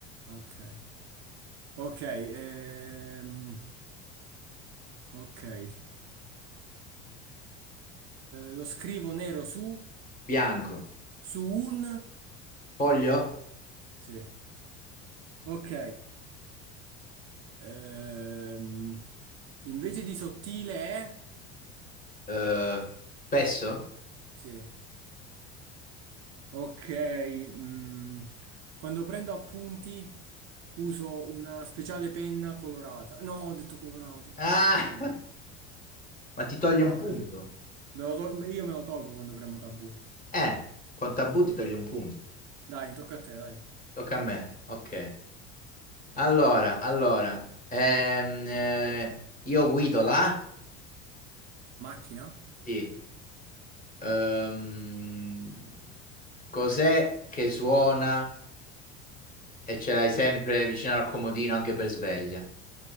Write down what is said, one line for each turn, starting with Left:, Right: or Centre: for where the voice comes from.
Right: Ok. Ok, ehm, ok. Eh, lo scrivo nero su...
Left: Bianco?
Right: Su un...
Left: Foglio?
Right: Sì. Ok. Ehm, invece di sottile è...
Left: Eh, spesso?
Right: Sì. Ok, mm, quando prendo appunti uso una speciale penna colorata. No, ho detto colorato.
Left: Ah!
Right: Fanculo.
Left: <laughs> Ma ti toglie
Right: No,
Left: un punto.
Right: eh. Me lo tol- io me lo tolgo quando premo tabù.
Left: Eh, con tabù ti toglie un punto.
Right: Dai, tocca a te, dai.
Left: Tocca a me. Ok. Allora, allora. Ehm, eh, io guido là.
Right: Macchina?
Left: Sì. Ehm, cos'è che suona e ce l'hai sempre vicino al comodino anche per sveglia?